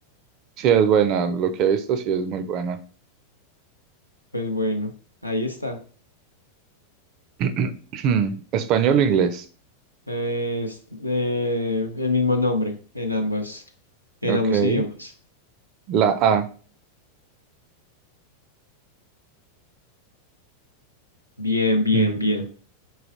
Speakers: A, on the right (about 40°); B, on the left (about 90°).
A: Sí es buena, lo que he visto sí es muy buena.
B: Pues bueno, ahí está.
A: <clears throat> Español o inglés,
B: Es eh, el mismo nombre en ambas, en
A: ok.
B: ambos idiomas.
A: La A,
B: Bien, bien,
A: mm,
B: bien.